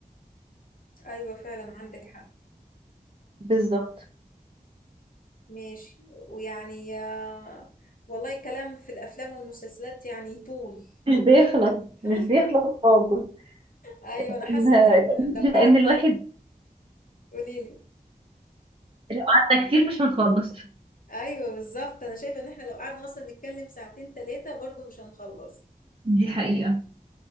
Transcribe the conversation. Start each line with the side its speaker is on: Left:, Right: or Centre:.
Left: ايوه فعلا عندك حق
Right: بالظبط
Left: ماشي ويعني آه، والله الكلام في الافلام والمسلسلات يعني طول
Right: مش بيخلص
Left: <laughs>
Right: مش بيخلص خالص
Left: ايوه
Right: كان-
Left: انا حاسه
Right: كان-
Left: ان احنا
Right: <laughs>
Left: لو قعدنا
Right: لأن الواحد
Left: قولي لي
Right: لو قعدنا كتير مش هنخلص
Left: ايوه بالظبط انا شايفه ان احنا لو قعدنا اصلا نتكلم ساعتين ثلاثه برضو مش هنخلص
Right: دي حقيقة